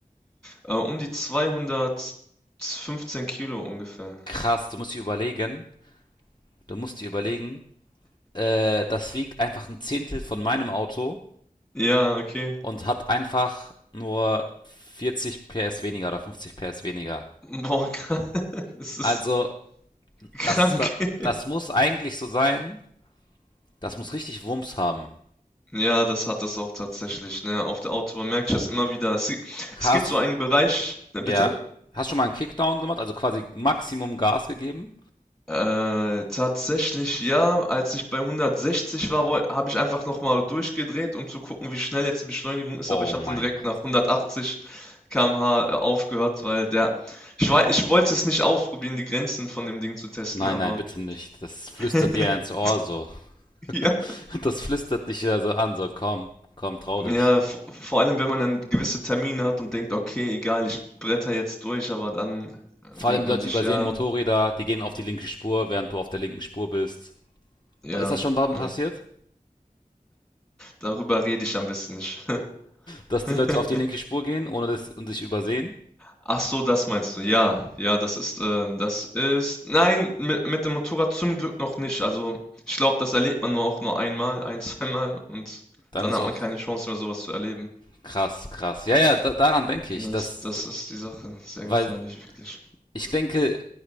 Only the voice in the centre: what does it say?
äh, um die 215 Kilo ungefähr.
Ja, okay.
Boah, <laughs> kr das ist
krank.
<laughs>
Ja, das hat es auch tatsächlich, ne? Auf der Autobahn merke ich das immer wieder. Es, gi-
es gibt so einen Bereich, äh,
bitte?
Äh, tatsächlich ja, als ich bei 160 war, habe ich einfach nochmal durchgedreht, um zu gucken, wie schnell jetzt die Beschleunigung ist,
aber ich habe
dann direkt
nach 180 km/h äh, aufgehört, weil der, ich war, ich wollte es nicht ausprobieren, die Grenzen von dem Ding zu testen,
aber
<laughs>
ja,
ja,
v- vor allem wenn man dann gewisse Termine hat und denkt, okay, egal, ich bretter jetzt durch, aber dann äh,
denkt
man sich,
ja.
Ja,
ja.
Darüber rede ich am besten nicht.
<laughs>
Ach so, das meinst du. Ja, ja, das ist, ähm, das ist, nein, mit, mit dem Motorrad zum Glück noch nicht. Also, ich glaube, das erlebt man nur auch nur einmal, ein, <laughs> zweimal und
dann
hat
man keine Chance mehr, sowas zu erleben.
Das,
das ist die Sache. Sehr
gefährlich, wirklich.